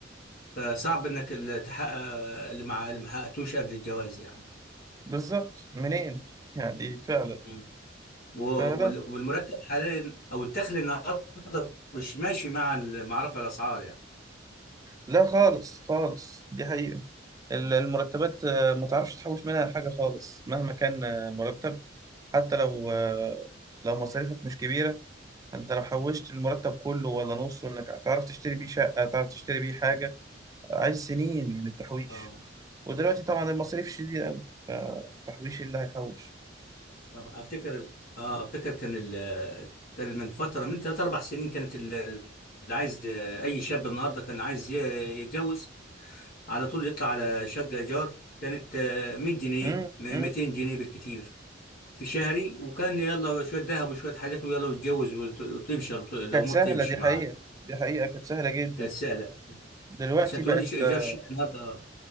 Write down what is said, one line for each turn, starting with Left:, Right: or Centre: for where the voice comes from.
Left: فصعب انك ال- تحقق اللي مع اللي ما حققتوش قبل الجواز يعني
Right: بالظبط منين يعني فعلا
Left: مم. و-
Right: فلا
Left: وال- والمرتب حاليا او الدخل النهارده مش ماشي مع ال- مع رفع الاسعار يعني
Right: لا خالص خالص دي حقيقة ال-
Left: مم.
Right: المرتبات آه، ما تعرفش تحوش منها حاجة خالص مهما كان آه، مرتب حتى لو آه، لو مصاريفك مش كبيرة انت لو حوشت المرتب كله ولا نصه انك هتعرف تشتري بيه شقة تعرف تشتري بيه حاجة عايز سنين من التحويش
Left: اه
Right: ودلوقتي طبعا المصاريف شديدة أوي فالتحويش اللي هيحوش
Left: طب افتكر اه افتكر كان ال كان من فتره من ثلاث اربع سنين كانت ال- اللي عايز اي شاب النهارده كان عايز ي- يتجوز على طول يطلع على شقة إيجار كانت آه، 100 جنيه
Right: امم
Left: م-
Right: امم
Left: 200 جنيه بالكتير في شهري وكان يلا شوية ذهب وشوية حاجات ويلا ويتجوز وت- وتمشي الط- الأمور
Right: كانت سهلة
Left: تمشي
Right: دي
Left: معاه
Right: حقيقة دي حقيقة كانت سهلة جدا
Left: كانت سهلة
Right: دلوقتي
Left: عشان تقول
Right: بقت
Left: لي ش- إيجار
Right: آه،
Left: شقة النهاردة